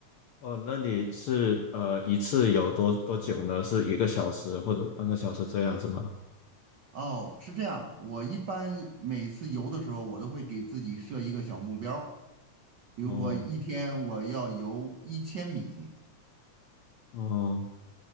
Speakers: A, on the left; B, on the right.
A: 哦，那你是呃一次有多多久呢？是一个小时或者半个小时这样子吗？
B: 哦，是这样，我一般每次游的时候，我都会给自己设一个小目标儿比如说一天我要游一千米。
A: 哦，哦，